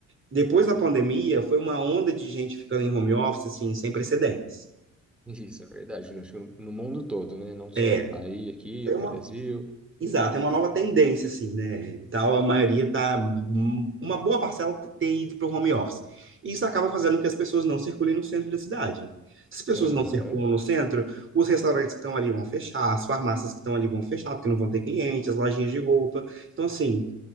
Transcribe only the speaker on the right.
depois da pandemia, foi uma onda de gente ficando em home office, assim, sem precedentes.
É,
foi
uma,
exato, é uma nova tendência, assim, né? Então, a maioria tá, uma boa parcela tá ter ido para o home office. E isso acaba fazendo com que as pessoas não circulem no centro da cidade. Se as pessoas
não circulam no centro, os restaurantes que estão ali vão fechar, as farmácias que estão ali vão fechar, porque não vão ter clientes, as lojinhas de roupa. Então, assim,